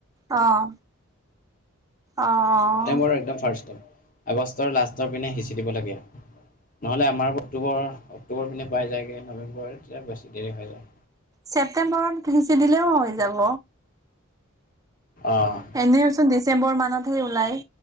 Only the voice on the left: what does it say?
ছেপ্টেম্বৰৰ একদম ফাৰ্ষ্টত আগষ্টৰ লাষ্টৰ পিনে সিঁচি দিব লাগে নহ'লে আমাৰ অক্টোবৰ- অক্টোবৰ পিনে পাই যায়গে। নৱেম্বৰ এতিয়া বেছি দেৰি হৈ যায়।
অঁ